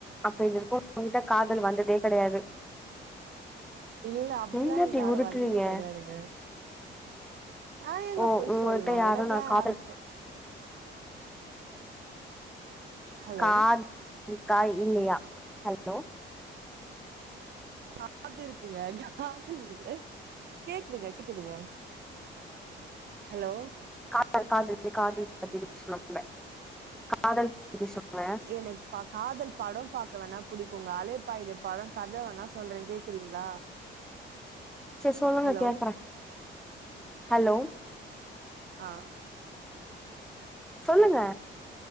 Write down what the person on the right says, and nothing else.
இல்ல அப்டில்லா
எனக்கு
யாரும்
வந்ததே கெடையாதுங்க நா ஏங்க
போய்
சொல்ணு
எனக்லா
யாரு ப்ர ஹலோ
காத்து இருக்குங்க ஆஹ் சொல்லுங்க <unintelligible> கேக்குதுங்க கேக்குதுங்க ஹலோ
எனக்கு பா காதல் பாடம் பாக் வேணா புடிக்குங்க அலைபாயுதே பட கதை வேணா சொல்றே கேக்குறீங்களா
ஹலோ
ஆஹ்